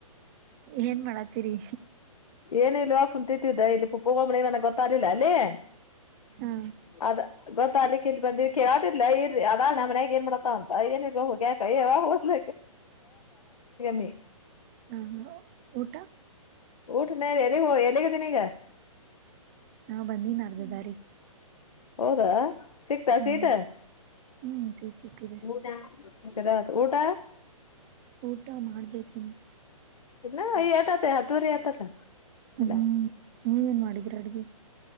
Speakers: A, on the right (about 25°); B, on the left (about 75°).
A: ಏನ್ ಮಾಡತ್ತೀರಿ.
B: ಏನ ಇಲ್ವಾ ಕುಂತಿದ್ದ ಇಲ್ಲಿ ಪುಪ್ಪ <unintelligible> ಗೊತ್ತಾಗ್ಲಿಲ್ಲ ಅಲ್ಲಿೇ.
A: ಹಾ
B: ಅದ ಗೊತ್ತ ಆಲಿಕ್ ಇಲ್ಲಿ ಬಂದಿವಿ ಕೇಳದಿಲ್ಲ ಇರಿ ಅದಾ ನಮ್ಮ ಮನ್ಯಾಗ ಏನ್ ಮಾಡತ ಅಂತ ಏನಿರ್ಬ ಅಯ್ಯೇ ಹೋಗ್ಯಾಕ್ ಯಾವಾಗ ಹೋದ್ಲ. <unintelligible>
A: ಹಾಂ ಊಟ.
B: ಊಟನ ಎಲ್ಲಿಗೋ ಎಲ್ಲಿಗಿದೀನಿ ಈಗ.
A: ಹಾಂ ಬಂದಿನಿ ಅರ್ಧದಾರಿಗಿ.
B: ಹೌದಾ ಸಿಕ್ತಾ
A: ಹ್ಮ್
B: ಸೀಟ.
A: ಹ್ಮ್ ಸಿಗ್ ಸಿಕ್ಕಿದೆ
B: ಚೊಲೋ ಆಯ್ತ್ ಊಟ.
A: ಊಟ ಮಾಡ್ಬೇಕ ಇನ್ನು.
B: ಇಲ್ಲ ಏಟ್ ಆಯ್ತ್ ಹತ್ತುವರಿ ಆತಲ್ಲ. ಇಲ್ಲ,
A: ಹ್ಮ್ ನೀವೇನ್ ಮಾಡಿದೀರ ಅಡ್ಗಿ.